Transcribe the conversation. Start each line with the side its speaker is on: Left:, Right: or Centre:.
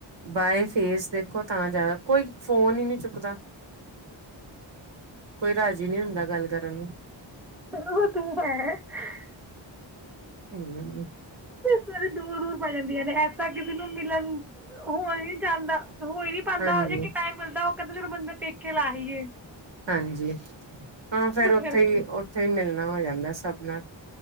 Right: ਬਾਏ ਫੇਸ ਦੇਖੋ ਤਾਂ ਜ਼ਿਆਦਾ ਕੋਈ ਫੋਨ ਹੀ ਨਹੀਂ ਚੁੱਕਦਾ। ਕੋਈ ਰਾਜ਼ੀ ਨਹੀਂ ਹੁੰਦਾ ਗੱਲ ਕਰਨ ਨੂੰ।
Centre: ਉਹ ਤ ਹੈ। <unintelligible>
Right: ਹੂ ਹੂ
Centre: ਸਾਰੀ ਦੂਰ -ਦੂਰ ਪੈ ਜਾਂਦੀਆਂ ਨੇ ਐਸਾ ਕਿਸੇ ਨੂੰ ਮਿਲਣ ਹੋਣ ਨੀ ਚਾਹੁੰਦਾ। ਹੋ ਨੀ ਪਾਉਦਾ
Right: ਹਾਂਜੀ
Centre: ਇਕ ਟਾਈਮ ਮਿਲਦਾ। ਕਦੀ ਤਾਂ ਬੰਦਾ ਪੇਕੇ ਲਾ ਆਇਏ
Right: ਹਾਂਜੀ ਹਾਂ ਫੇਰ ਉੱਥੇ
Centre: ਕਰਕੇ
Right: ਹੀ, ਉੱਥੇ ਹੀ ਮਿਲਣਾ। ਹੋ ਜਾਂਦਾ ਸਭ ਨਾਲ।